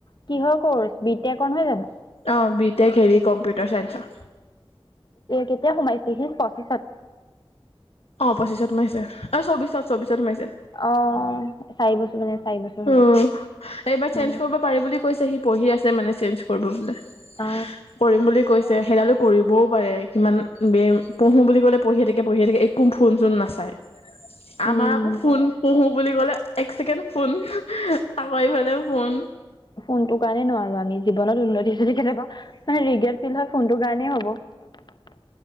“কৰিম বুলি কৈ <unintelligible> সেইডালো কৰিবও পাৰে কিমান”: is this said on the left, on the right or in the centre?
Left